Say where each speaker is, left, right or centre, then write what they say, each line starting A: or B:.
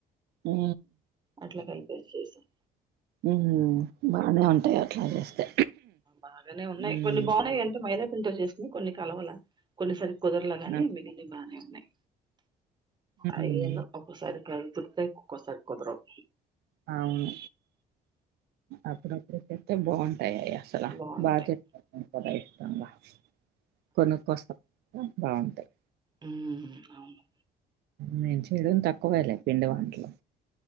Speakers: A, on the right (about 75°); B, on the right (about 25°).
A: ఉ
B: అట్లా కలిపేసి చేసాం
A: ఊహు బానే ఉంటాయి అట్లా చేస్తే
B: బాగానే ఉన్నాయి
A: ఉమ్
B: కొన్ని బాగున్నాయి అంటే మైదా పతో చేసుకు కొన్ని కలవల కొన్నిసరి కుదరలా గాని
A: ఆ
B: మిగిలి బాగానే ఉన్నాయి అయ్యన్న
A: ఉమ్
B: ఒక్కసారి కదుతుడుతే ఒక్కసారి కుదరావు
A: అవును అప్పుడప్పుడుకస్తతే బాగుంటు అంటా అసలు
B: బాగుంటాయి
A: బాధట్ం కూడా ఇష్టంగా కొన్ని కోస బాగుంటాయి
B: ఉ అవును
A: మేం చెయడం తక్కువేలే పిండి వంటలో